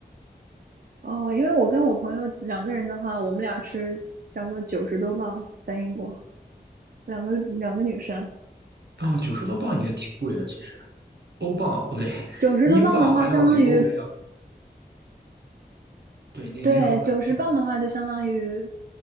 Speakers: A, on the right (about 65°); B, on the right (about 80°).
A: 哦，因为我跟我朋友两个人的话，我们俩吃差不多九十多磅，在英国，两个两个女生。
B: 啊，九十多镑也挺贵的，其实欧镑哦不对，
A: 九十多磅的话，
B: 英镑还要比欧元要
A: 相当于
B: 对，您您说吧，
A: 对，九十磅的话就相当于
B: 嗯